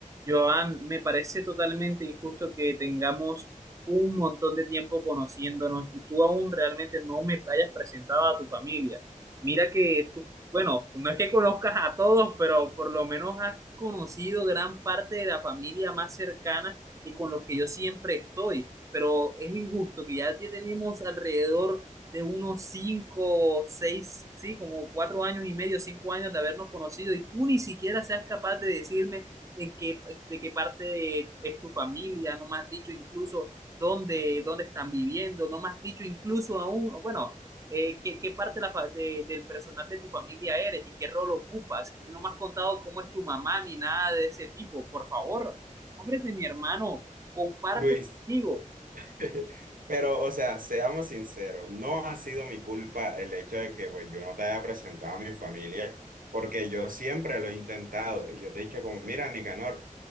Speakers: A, on the right; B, on the right.
A: Joan, me parece totalmente injusto que tengamos un montón de tiempo conociéndonos y tú aún realmente no me hayas presentado a tu familia. Mira que tú, bueno, no es que conozcas a todos, pero por lo menos has conocido gran parte de la familia más cercana y con los que yo siempre estoy. Pero es injusto que ya tenemos alrededor de unos cinco, seis, sí, como cuatro años y medio, cinco años de habernos conocido y tú ni siquiera seas capaz de decirme de qué, de qué parte de- es tu familia, no me has dicho incluso dónde, dónde están viviendo, no me has dicho incluso aún, o bueno, eh, qué, qué parte de la fa- de- del personal de tu familia eres y qué rol ocupas, y no me has contado cómo es tu mamá ni nada de ese tipo, por favor, hombre de mi hermano, comparte
B: Luis,
A: conmigo.
B: <laughs> pero o sea, seamos sinceros, no ha sido mi culpa el hecho de que pues, yo no te haya presentado a mi familia, porque yo siempre lo he intentado. Y yo te he dicho como, mira, Nicanor,